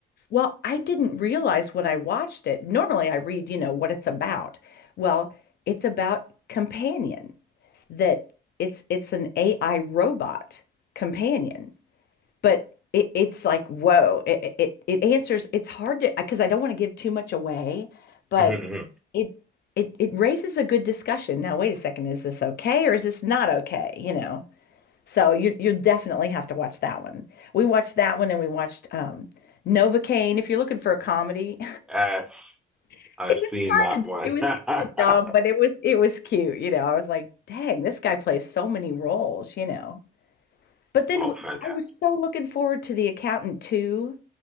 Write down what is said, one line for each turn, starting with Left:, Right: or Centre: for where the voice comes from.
Left: Well, I didn't realize when I watched it. Normally, I read, you know, what it's about. Well, it's about companion that it's it's an AI robot companion, but it, it's like whoa, it, it it answers. It's hard to because I don't want to give too much away, but
Centre: hmm
Left: it it it raises a good discussion. Now, wait a second, is this okay or is this not okay? You know? So you you definitely have to watch that one. We watched that one and we watched um Novocaine. If you're looking for a comedy,
Centre: Yes,
Left: <laughs>
Centre: I've
Left: it was
Centre: seen
Left: kind
Centre: that
Left: of
Centre: one.
Left: it was
Centre: <laughs>
Left: kind of dumb, but it was it was cute. You know, I was like, dang, this guy plays so many roles, you know. But then
Centre: Oh,
Left: w-
Centre: fantastic.
Left: I was so looking forward to The Accountant too,